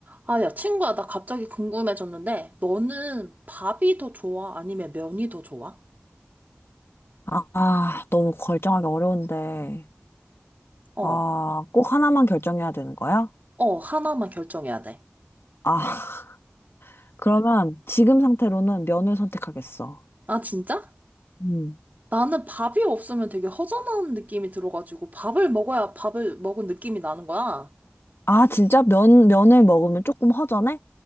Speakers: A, on the right; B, on the left.
A: 아, 야, 친구야, 나 갑자기 궁금해졌는데, 너는 밥이 더 좋아? 아니면 면이 더 좋아?
B: 아, 아, 너무 결정하기 어려운데.
A: 어,
B: 아, 꼭 하나만 결정해야 되는 거야?
A: 어, 하나만 결정해야 돼.
B: 아, <laughs> 그러면 지금 상태로는 면을 선택하겠어.
A: 아, 진짜?
B: 음.
A: 나는 밥이 없으면 되게 허전한 느낌이 들어가지고, 밥을 먹어야 밥을 먹은 느낌이 나는 거야.
B: 아, 진짜 면, 면을 먹으면 조금 허전해?